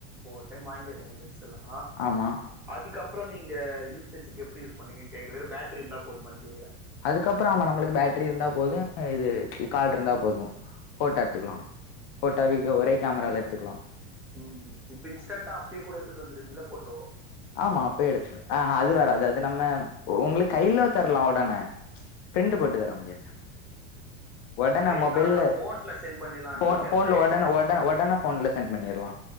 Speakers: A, in the centre; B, on the left.
A: ஒரு டைம் வாங்கிறீங்க லென்ஸ்செல்லா
B: ஆமா
A: அதுக்கப்பறோ நீங்க யூசேஜ்க்கு எப்டி யூஸ் பண்ணுவீங்கனு கேக்குற வேறு பேட்டரி இருந்தா போதுமானு கேக்குறே
B: அதுக்கப்பறம் ஆமா நம்மளுக்கு பேட்டரி இருந்தா போது இது கார்டுருந்தா போது போட்டா எடுத்துக்கலா போட்டா
A: ம்
B: வீடியோ ஒரே கேமரால எட்த்துக்கலா
A: ம் இப்ப இன்ஸ்டன்ட்டா அப்டியே கூட எடுத்து தந்துருவீங்கல போட்டோ
B: ஆமா அப்பே எடுத்து ஆஹ அது வராது அது நம்ம உங்களுக்கு கையில தர்லா உடனே பிரிண்டு போட்டு தர முடியாது சார் உடனே
A: கையிலனா
B: மொபைல்ல
A: அதா போன்ல சென்ட் பண்ணிலான்றீங்க
B: போன் போன்ல
A: கை
B: உடனே உடனே உடனே போன்ல சென்ட் பண்ணிட்லா